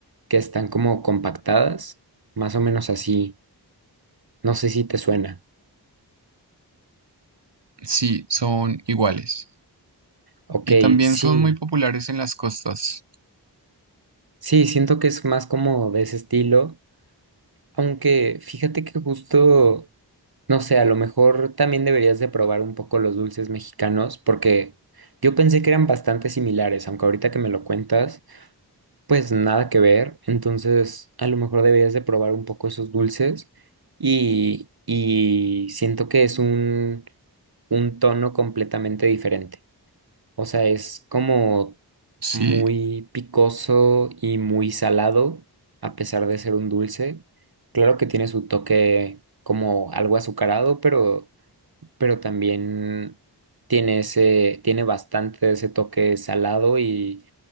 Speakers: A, on the right; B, on the right.
A: que están como compactadas, más o menos así, no sé si te suena.
B: Sí, son iguales.
A: Ok,
B: Y también
A: sí,
B: son muy populares en las costas.
A: sí, siento que es más como de ese estilo, aunque fíjate que justo, no sé, a lo mejor también deberías de probar un poco los dulces mexicanos, porque yo pensé que eran bastante similares, aunque ahorita que me lo cuentas. pues nada que ver, entonces a lo mejor deberías de probar un poco esos dulces y, y siento que es un, un tono completamente diferente, o sea, es como
B: Sí,
A: muy picoso y muy salado a pesar de ser un dulce, claro que tiene su toque como algo azucarado, pero, pero también tiene ese, tiene bastante de ese toque salado y